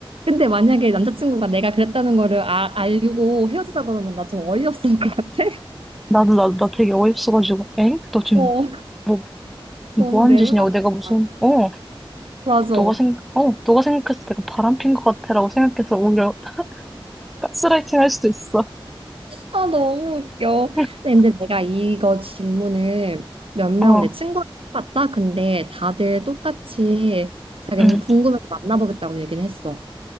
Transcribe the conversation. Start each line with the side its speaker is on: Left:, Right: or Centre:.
Right: 근데 만약에 남자친구가 내가 그랬다는 거를 아, 알고 헤어지자 그러면 나 좀 어이없을 것 같아. <laughs>
Centre: 나도, 나, 나 되게 어이없어가지고. 엥? 너 지금
Right: 어,
Centre: 뭐,
Right: 너무
Centre: 뭐
Right: 내로남불이다.
Centre: 하는 짓이냐고. 내가 무슨, 어,
Right: 맞아.
Centre: 너가 생각, 어, 너가 생각해서 내가 바람핀 것 같아라고 생각해서 오히려 <laughs> 가스라이팅 할 수도 있어.
Right: 아, 너무 웃겨.
Centre: <laughs>
Right: 근데 내가 이거 질문을 몇 명
Centre: 어,
Right: 내 친구한테 봤다. 근데 다들 똑같이 자기는
Centre: 응.
Right: 궁금해서 만나보겠다고 얘기는 했어.